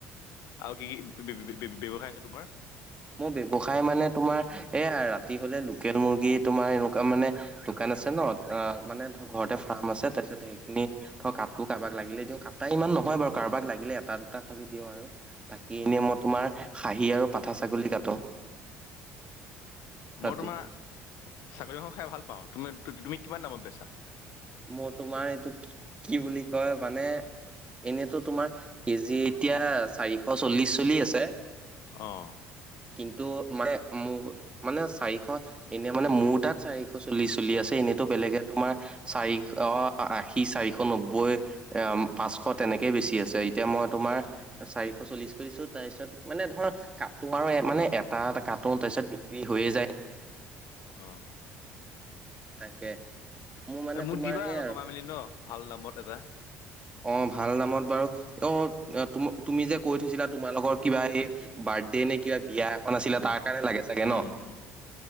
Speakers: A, on the left; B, on the right.
A: আৰু কি কি বি বি বি বি ব্যৱসায় আছে তোমাৰ?
B: মোৰ ব্যৱসায় মানে তোমাৰ এইয়া ৰাতি হলে লোকেল মুৰ্গী তোমাৰ এনকুৱা মানে দোকান আছে ন অ মানে ঘৰতে ফাৰ্ম আছে তাৰপিছত সেইখিনি ধৰ কাটো কাৰোবাক লাগিলে দিওঁ, কাটা ইমান নহয় বাৰু কাৰোবাক লাগিলে এটা দুটা খালি দিওঁ আৰু। বাকী এনে
A: অ',
B: মই তোমাৰ খাহী আৰু পাঠা ছাগলী কাটো। ৰাতি
A: মই তোমাৰ ছাগলী মাংস খায় ভাল পাওঁ, তুমি তুমি কিমান দামত বেচা?
B: মোৰ তোমাৰ এইটো কি কি বুলি কয় মানে এনেতো তোমাৰ কেজি এতিয়া চাৰিশ চল্লিশ চলি আছে
A: অঁহ।
B: ত' মানে মোৰ মানে চাৰিশ এনেই মানে মোৰ তাত চাৰিশ চল্লিশ চলি আছে। এনেইতো বেলেগে তোমাৰ চাৰিশ অ' আশী চাৰিশ নব্বৈ পাঁচশ তেনেকে বেছি আছে। এতিয়া মই তোমাৰ তোমাৰ চাৰিশ চল্লিশকে দিছোঁ তাৰপিছত মানে ধৰ কাটো আৰু মানে এটা এটা কাটো তাৰ পিছত বিক্ৰী হৈয়ে যায়
A: অহ
B: তাকে মোৰ মানে
A: এ মোক
B: তোমাৰ
A: দিবা
B: সেই আৰু
A: কমাই মেলি ন ভাল দামত এটা।
B: অ ভাল দামত বাৰু অ ত তুমি যে কৈ থৈছিলা তোমালোকৰ কিবা এই বাৰ্থডে নে কি বিয়া এখন আছিলে তাৰ কাৰণে লাগে চাগে
A: উম
B: ন
A: হম হ